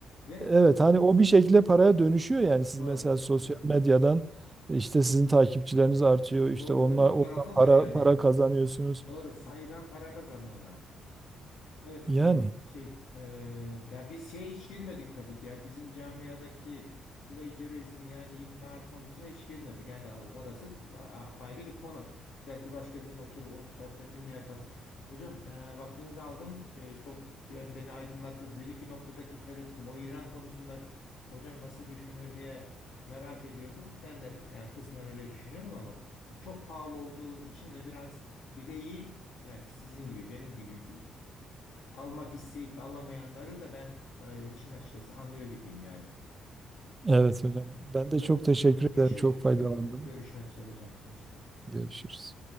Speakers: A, on the left; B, on the right.
A: Ve
B: Evet hani o bir şekilde paraya dönüşüyor yani siz
A: doğru.
B: mesela sosyal medyadan işte sizin takipçileriniz artıyor. işte
A: Doğru
B: onlar
A: değil mi? O
B: oradan
A: tarafı
B: para
A: var yani.
B: para kazanıyorsunuz.
A: Doğru. Sayıdan para kazanıyorlar. Evet
B: Yani
A: hocam şey e, ya biz şeye hiç girmedik tabii ki ya bizim camiadaki plagiarizm yani intihal konusuna hiç girmedik yani orası a- apayrı bir konu belki başka bir gün oturur onun sohbetini de yaparız hocam e, vaktinizi aldım E, çok yani beni aydınlattınız bir iki noktadaki tereddütüm o İran konusunda hocam nasıl düşünür diye merak ediyordum ben de yani kısmen öyle düşünüyorum ama çok pahalı olduğu için de biraz bireyi yani sizin gibi benim gibi almak isteyip de alamayanları da ben e, işin açıkçası anlıyor gibiyim yani.
B: evet hocam ben
A: Hocam
B: de çok teşekkür
A: teşekkür
B: ederim. Çok faydalandım.
A: ediyorum. Görüşmek üzere hocam inşallah.
B: Görüşürüz.